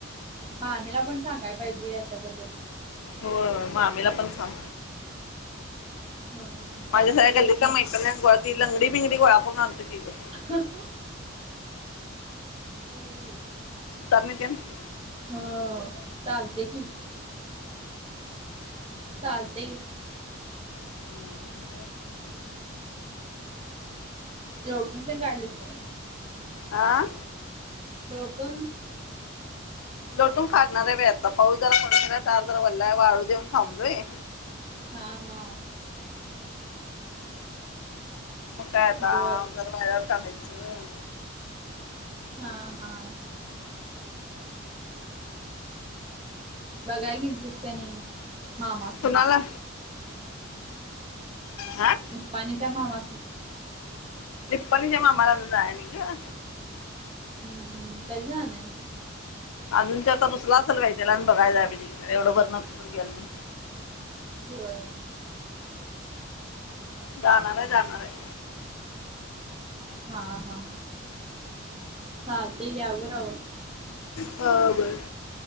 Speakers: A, on the right (about 30°); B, on the left (about 80°).
A: मामीला पण सांगाय पाहिजे याच्याबद्दल.
B: हो मामीला पण सांग.
A: हा.
B: माझ्या
A: सांगतो
B: सगळ्या
A: की
B: गल्लीतले
A: नंतर.
B: मैत्रिणी <unintelligible> लंगडी बिंगडी गोळा करून आणतो की ग.
A: <inaudible> हम्म.
B: <unintelligible>
A: हा चालते की. चालते ये.
B: हम.
A: लोटून तेन काढलीस की नाही.
B: आ.
A: लोटून.
B: लटून काढणार हाय बाई आता पाऊस जरा पडून दार जरा वल्लाय वाळू देऊन थांबलोय.
A: हा हा.
B: मग काय आता
A: बर
B: जरा वाळल्यावर काढायचं.
A: हा हा. बघा काय गेलतीस क नाही मामास
B: कुणाला आ.
A: निपाणीच्या मामा.
B: निपाणीच्या मामाला अजून जाया नाही ग.
A: हम् हम् कधी जाणार.
B: अजून त्या तर रुसला असेल बई त्याला आणि बघायचाय पाहिजे की <unintelligible>
A: होय.
B: जाणार आहे जाणार आहे.
A: हा हा चालतंय घे आवर आवर.
B: ब ब.